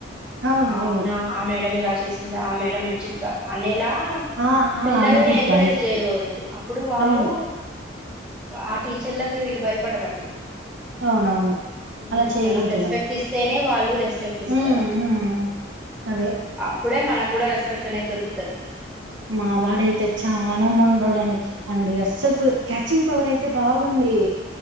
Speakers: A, on the right (about 75°); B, in the centre.
A: అవునవును
B: ఆ అవునా ఆ మేడ ఇలా చేసింద ఆ మేడ మంచిది కాద్ అనేలా మ్
A: ఆ ఆ
B: పిల్లల్నిఎంకరేజ్
A: అనకూడదు అనకూడదు
B: చేయ్యగుడదు అప్పుడు వాళ్ళు
A: అవును
B: ఆ టీచర్లకి వీళ్ళు భయపడరప్పుడు
A: అవునవును
B: హ్మ్
A: అలా చేయకూడదు
B: మనం రెస్పెక్ట్ ఇస్తేనే వాళ్ళు రెస్పెక్ట్ ఇస్తారు
A: ఉమ్ ఉమ్ అదే
B: అప్పుడే మనకు గుడ రెస్పెక్ట్ తనే దొరుకుతది
A: మావాడయితే చానా మొండోడండి అండి అస్సలకు క్యాచింగ్ పవర్ అయితే బాగుంది